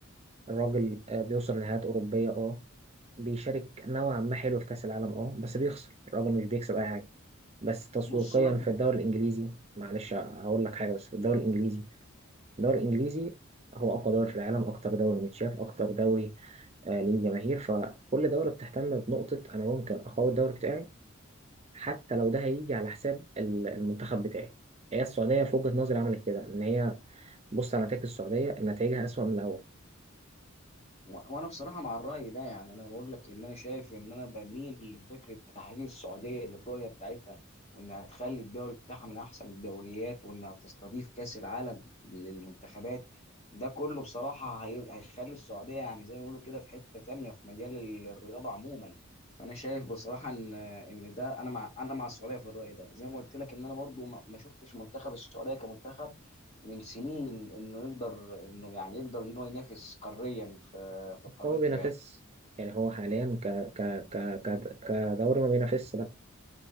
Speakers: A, on the right (about 30°); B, on the left (about 30°).
A: الراجل آه، بيوصل نهائيات اوروبيه اه بيشارك نوعا ما حلو في كاس العالم اه بس بيخسر الراجل مش بيكسب اي حاجه بس تسويقيا
B: بص وانا
A: في الدوري الانجليزي معلش هقول لك حاجه بس في الدوري الانجليزي الدوري الانجليزي هو اقوى دوري في العالم اكتر دوري متشاف اكتر دوري آه ليه جماهير فكل دوله بتهتم بنقطه انا ممكن اقوي الدوري بتاعي حتى لو ده هيجي على حساب ال- المنتخب بتاعي هي السعوديه في وجهه نظري عملت كده ان هي بص على نتائج السعوديه نتائجها اسوأ من الاول
B: و- وانا بصراحه مع الراي ده يعني انا بقول لك ان انا شايف ان انا بميل لفكره تحقيق السعوديه للرؤيه بتاعتها وانها تخلي الدوري بتاعها من احسن الدوريات وانها تستضيف كاس العالم للمنتخبات ده كله بصراحه هي- هيخلي السعوديه يعني زي ما بيقولوا كده في حته تانية في مجال ال- الرياضه عموما فانا شايف بصراحه ان ان ده انا مع انا مع السعوديه في الراي ده زي ما قلت لك ان انا برضو ما ما شفتش منتخب السعوديه كمنتخب من سنين انه يقدر انه يعني يقدر ان هو ينافس قاريا في في قارته
A: فهو بينافس
B: يعني
A: يعني هو حاليا ك ك ك ك كدوري ما بينافسش لا